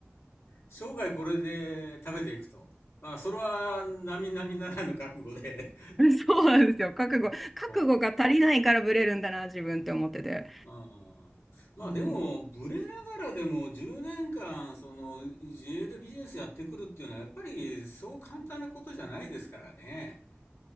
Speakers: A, on the left; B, in the centre.
A: 生涯これで食べていくと。まあ、それは、並々ならぬ覚悟で。
B: <laughs> そうなんですよ。覚悟、
A: <laughs>
B: 覚悟が足りないからブレるんだな、
A: そ
B: 自分って思ってて。
A: う。ああ。まあ、
B: うん
A: でも、ブレながらでも10年間、その、自営でビジネスやってくるっていうのは、やっぱり、そう簡単なことじゃないですからね。